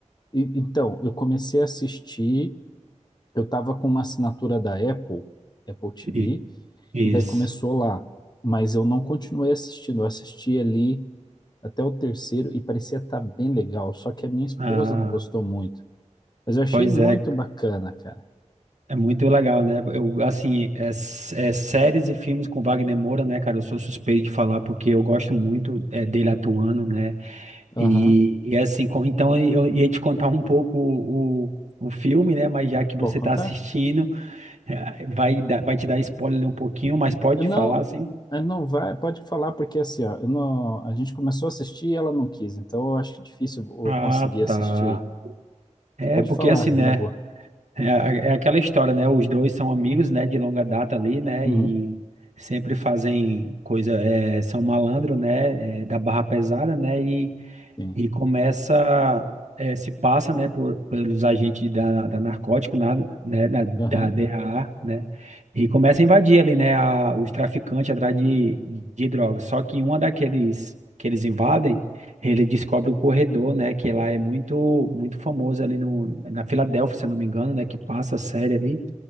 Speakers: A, on the left; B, on the right.
A: e- então, eu comecei a assistir, eu tava com uma assinatura da Apple, Apple TV,
B: E- Isso.
A: E daí começou lá. Mas eu não continuei assistindo. Eu assisti ali até o terceiro e parecia estar bem legal. Só que a minha esposa
B: Ah,
A: não gostou muito. Mas eu achei
B: pois
A: muito
B: é.
A: bacana, cara.
B: É muito legal, né? Eu, assim, é, s- é séries e filmes com Wagner Moura, né, cara? Eu sou suspeito de falar porque eu gosto muito é, dele atuando, né?
A: Aham.
B: E, e assim, com- então eu ia te contar um pouco o, o filme, né? Mas já que você
A: Pode contar?
B: tá assistindo, é, vai, dar- vai te dar spoiler um pouquinho, mas pode
A: Eu não,
B: falar, assim.
A: eu não vai, pode falar, porque assim, ó, eu não, a gente começou a assistir e ela não quis. Então eu acho difícil eu
B: Ah,
A: conseguir assistir.
B: tá. É,
A: Pode
B: porque
A: falar,
B: assim, né?
A: na boa.
B: É, a- é aquela história, né? Os dois são amigos, né? De longa data ali, né?
A: Uhum.
B: E sempre fazem coisa, é, são malandro, né? é, da barra pesada, né? e
A: Sim.
B: começa, eh, se passa, né, por, pelos agentes da, da narcótico na- né, da, da
A: Aham.
B: DAA, né, e começa a invadir ali, né, a- os traficantes atrás de, de drogas. Só que uma daqueles que eles invadem, ele descobre o corredor, né, que lá é muito, muito famoso ali no, na Filadélfia, se eu não me engano, né, que passa a série ali.